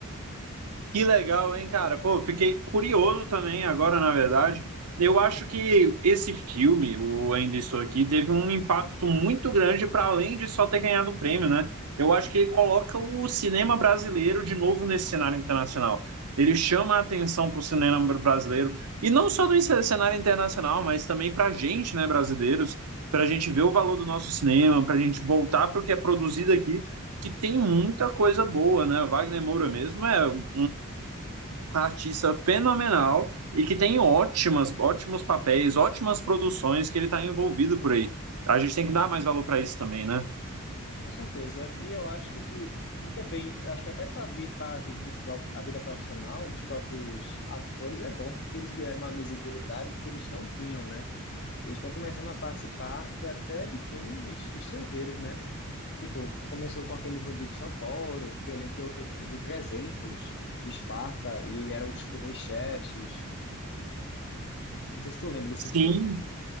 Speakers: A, on the right; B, on the left.
A: Que legal, hein, cara? Pô, fiquei curioso também agora, na verdade. Eu acho que esse filme, o Ainda Estou Aqui, teve um impacto muito grande para além de só ter ganhado o prêmio, né? Eu acho que ele coloca o cinema brasileiro de novo nesse cenário internacional. Ele chama a atenção para o cinema brasileiro, e não só do cenário internacional, mas também para a gente, né, brasileiros, para a gente ver o valor do nosso cinema, para a gente voltar para o que é produzido aqui que tem muita coisa boa, né? O Wagner Moura mesmo é um um artista fenomenal e que tem ótimas, ótimos papéis, ótimas produções que ele está envolvido por aí. A gente tem que dar mais valor para isso também, né?
B: Com certeza. E eu acho que, tipo, e também, eu acho que até para vi, a vida dos próprios, a vida profissional dos próprios atores é bom, porque eles ganharam uma visibilidade que eles não tinham, né? E estão começando a participar de até de filmes estrangeiros, né? Tipo, começou com aquele Rodrigo Santoro, que eu lembro que eu, eu, eu vi 300 de Esparta e ele era o, o Rei Xerxes. Não sei se tu lembra desse
A: Sim,
B: filme.